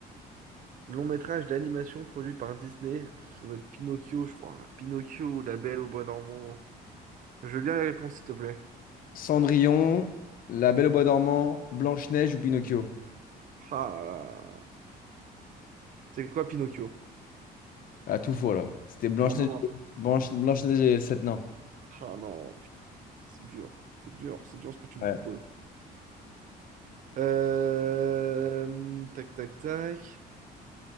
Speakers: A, on the right; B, on the left.
A: Long métrage d'animation produit par Disney. Pff, Ça doit être Pinocchio, je crois. Pinocchio, La Belle au Bois dormant. Je veux bien les réponses, s'il te plaît.
B: Cendrillon, La Belle au Bois dormant, Blanche-Neige ou Pinocchio?
A: Ah là là. C'est quoi Pinocchio?
B: Ah, tout faux là. C'était Blanche-Neige
A: Oh non,
B: Blanche, Blanche-Neige et les Sept Nains.
A: Ah non, putain, c'est dur, c'est dur, c'est dur ce que tu me
B: Ouais.
A: proposes. Euh, Tac, tac, tac.